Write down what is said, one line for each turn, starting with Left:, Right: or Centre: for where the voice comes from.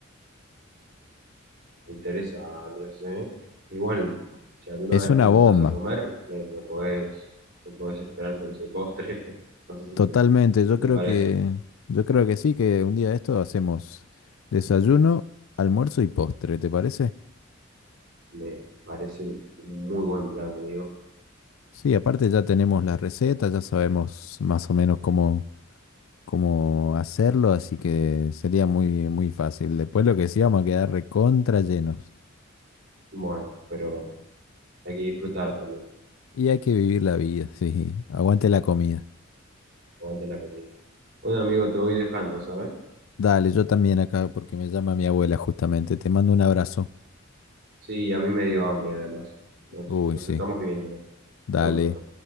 Right: Me interesa, Andrés, ¿eh? Igual, si alguna
Left: Es
Right: vez
Left: una
Right: me invitas
Left: bomba,
Right: a comer, me, me podés, me podés esperar con ese postre. <laughs> No sé si
Left: totalmente.
Right: te,
Left: Yo
Right: si te
Left: creo
Right: parece.
Left: que, yo creo que sí, que un día de esto hacemos desayuno, almuerzo y postre, ¿te parece?
Right: Me parece un muy buen plan, amigo.
Left: Sí, aparte ya tenemos las recetas, ya sabemos más o menos cómo, cómo hacerlo, así que sería muy, muy fácil. Después lo que sí, vamos a quedar recontra llenos.
Right: Bueno, pero hay que disfrutar también.
Left: Y hay que vivir la vida, <laughs> sí. Aguante la comida.
Right: Aguante la comida. Bueno, amigo, te voy dejando, ¿sabes?
Left: Dale, yo también acá porque me llama mi abuela justamente. Te mando un abrazo.
Right: Sí, a mí me dio hambre, además. Nos,
Left: Uy,
Right: nos
Left: sí.
Right: estamos viendo.
Left: Dale.
Right: Chau, chau.